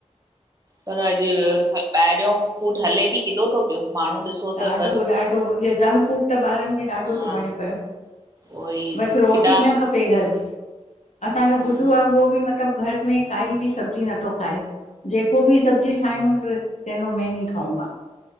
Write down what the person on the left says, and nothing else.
ॾाढो
ॾाढो इहो जंक फफ़ूड त ॿारनि खे ॾाढो
थो वणे पियो
बसि रोटी
ई न खपे घरि जी असांजो
गुटु आहे उहो बि मतिलबु मतलब घर में काई बि सब्जी नथो खाए जेको बि सब्जी ठाहियूं त चइंदो मैं नहीं खाऊंगा